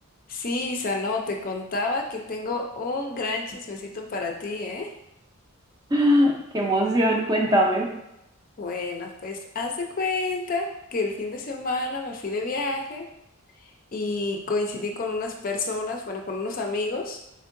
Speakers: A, on the left (about 40°); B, on the right (about 20°).
A: Sí, Isa, no, te contaba que tengo un gran chismecito para ti, ¿eh?
B: <gasps> Qué emoción, cuéntame.
A: Bueno, pues haz de cuenta que el fin de semana me fui de viaje y coincidí con unas personas, bueno, con unos amigos